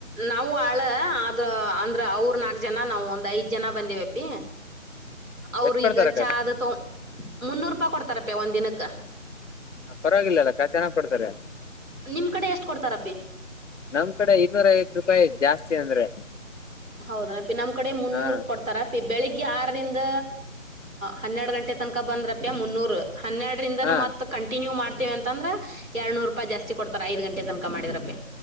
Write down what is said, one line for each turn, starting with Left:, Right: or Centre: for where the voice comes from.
Right: ನಾವು ಆಳ ಅದ ಅಂದ್ರ ಅವ್ರ ನಾಲ್ಕಜನ್ ನಾವು ಒಂದ್ ಐದ್. ಜನ ಬಂದೇವಪಿ ಅವ್ರು
Left: ಎಷ್ಟ್ ಕೊಡ್ತಾರಕ್ಕ
Right: ಈಗ ಚಾ ದು ತೋ. ಮುನ್ನೂರು ರೂಪಾ ಕೊಡ್ತಾರಪ್ಯ ಒಂದ ದಿನಕ್ಕ.
Left: ಪರವಾಗಿಲ್ಲ ಅಲ್ಲ ಕಾ ಚೆನ್ನಾಗ್ ಕೊಡ್ತಾರೆ.
Right: ನಿಮ್ ಕಡೆ ಎಷ್ಟ್ ಕೊಡ್ತಾರಪ್ಪಿ
Left: ನಮ್ ಕಡೆ ಇನ್ನೂರ ಐವತ್ ರೂಪಾಯಿ ಜಾಸ್ತಿ. ತಿ ಅಂದ್ರೆ.
Right: ಹೌದನ ಅಪ್ಪಿ ನಮ್ ಕಡೆ ಮುನ್ನೂರು
Left: ಹಾ
Right: ಕೊಡ್ತಾರಪಿ. ಬೆಳಿಗ್ಗೆ ಆರರಿಂದ ಹನ್ನೆರಡು ಗಂಟೆ ತನಕ ಬಂದ್ರಪ್ಪ್ಯ ಮುನ್ನೂರು. ಹನ್ನೆರಡರಿಂದನ
Left: ಹಾ
Right: ಮತ್ತತ್ ಕಂಟಿನ್ಯೂ ಮಾಡ. ತೇವ ಅಂತಂದ್ರ. ಎರನೂರುೂಪಾಯ ಜಾತಿ ಕೊಡ್ಾರೆ ಐ ಗಂೆ. ತನಕ ಮಾಡಿದ್ರಪ್ಪ.